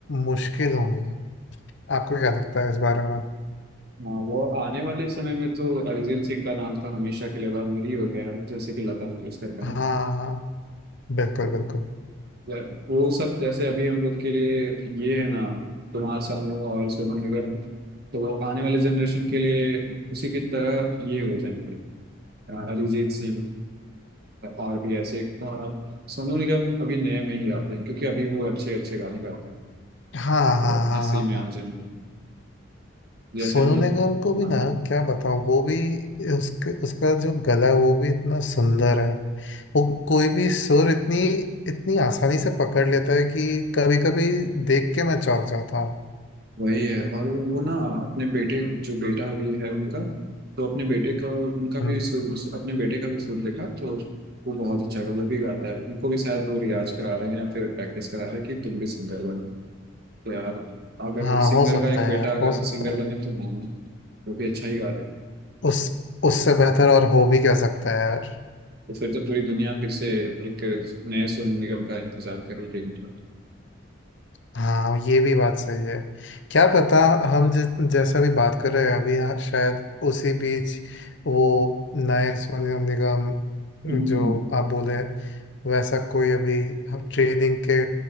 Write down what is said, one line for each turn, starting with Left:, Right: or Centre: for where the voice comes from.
Left: मुश्किल होंगी आपको क्या लगता है इस बारे में
Right: हाँ वो आने वाले समय में तो अरिजीत सिंह का नाम तो हमेशा के लिए अमर ही हो गया है जैसे कि लता मंगेशकर का
Left: हाँ
Right: है।
Left: हाँ बिल्कुल
Right: तो
Left: बिल्कुल
Right: ज- वो सब जैसे अभी हम लोग के लिए ये है ना कुमार सानू और सोनू निगम तो वो आने वाले जनरेशन के लिए उसी की तरह ये हो जाएंगे अ, अरिजीत सिंह और भी ऐसे अ, सोनू निगम अभी नए में ही आते हैं क्योंकि अभी वो अच्छे अच्छे गाने गाते हैं
Left: हाँ हाँ
Right: तो
Left: हाँ
Right: ऐसे
Left: हाँ
Right: ही में
Left: हाँ
Right: आना चाहिए उनको। जैसे
Left: सोनू
Right: हम लोग
Left: निगम को भी
Right: हाँ
Left: ना क्या बताऊँ वो भी उसके उसका जो गला है वो भी इतना सुंदर है वो कोई भी सुर इतनी इतनी आसानी से पकड़ लेता है कि कभी कभी देख के मैं चौंक जाता हूँ
Right: वही है और वो ना अपने बेटे जो बेटा अभी है उनका तो अपने बेटे का उनका भी
Left: हम्म।
Right: सुर उस- अपने बेटे का भी सुर देखा तो वो बहुत अच्छा गा- वो भी गाता है उनको भी शायद वो रियाज करा रहे हैं या फिर प्रैक्टिस करा रहे हैं कि तुम भी सिंगर बनो तो यार अगर
Left: हाँ
Right: सिंगर
Left: हो सकता
Right: का एक
Left: है
Right: बेटा
Left: यार
Right: अगर
Left: हो सकता
Right: सिंगर
Left: है
Right: बने तो हाँ वो भी अच्छा ही गा लेगा
Left: उस उससे बेहतर और हो भी क्या सकता है यार
Right: तो फिर तो पूरी दुनिया फिर से एक नए सोनू निगम का इंतजार कर रही है
Left: हाँ ये भी बात सही है क्या पता हम जि, जैसा भी बात कर रहे हैं अभी हाँ, शायद उसी बीच वो नए सोनू निगम
Right: हम्म,
Left: जो आप बोले वैसा कोई अभी ट्रेनिंग के